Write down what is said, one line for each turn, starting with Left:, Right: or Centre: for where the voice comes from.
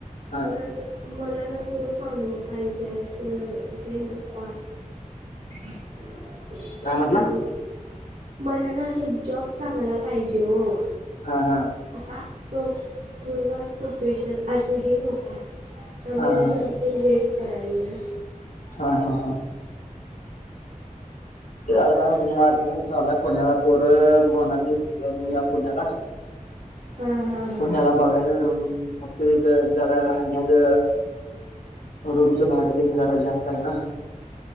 Left: हा
Right: पण अस मला ना थोडं चांगलं पाहिजे असं हे नकोय. <inaudible> त्यामुळं,
Left: काय म्हटला?
Right: मला ना असं जॉब चांगला पाहिजे ओ.
Left: हा हा.
Right: असा, प्रो, थोडंफार प्रोफेशनल असं हे नको हाय. त्यामुळे
Left: हा हा
Right: जरा ते वेट करालोय.
Left: हा हा हा. आता माझ पण चालूय पुण्याला पोरं म्हणालतीत जाऊन येऊ या पुण्याला.
Right: हा हा. हा
Left: पुण्याला बघायचं जाऊन, फक्त तिथं जरा राहण्याचं रूमचं भाडं तेन जरा जास्त आहे ना.